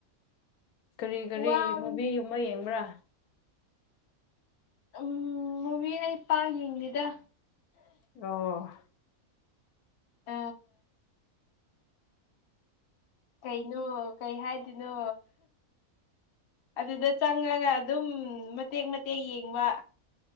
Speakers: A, on the left; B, on the left.
A: ꯀꯔꯤ ꯀꯔꯤ
B: ꯋꯥꯕꯅꯤ
A: ꯃꯨꯚꯒꯨꯝꯕ ꯌꯦꯡꯕ꯭ꯔꯥ
B: ꯎꯝ ꯃꯨꯚ ꯑꯩ ꯄꯥꯛ ꯌꯦꯡꯗꯦꯗ
A: ꯑꯣ
B: ꯑ ꯀꯩꯅꯣ ꯀꯩ ꯍꯥꯏꯗꯣꯏꯅꯣ ꯑꯗꯨꯗ ꯆꯪꯉꯒ ꯑꯗꯨꯝ ꯃꯇꯦꯛ ꯃꯇꯦꯛ ꯌꯦꯡꯕ